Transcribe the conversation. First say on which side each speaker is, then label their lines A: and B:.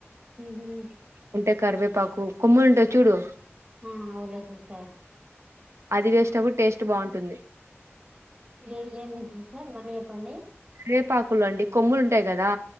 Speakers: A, on the right (about 25°); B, on the right (about 75°).
A: ఉహు
B: ఉంటే కరివేపాకు కొమ్మలు ఉంటద్ చూడు
A: ఆ అవున్లే సిస్టర్
B: అది వేస్టప్పుడు టేస్ట్ బాగుంటుంది
A: ఎ ఏంది సిస్టర్ మల్లి చెప్పండి
B: రేపాకులండి కొమ్ములు ఉంటాయి గదా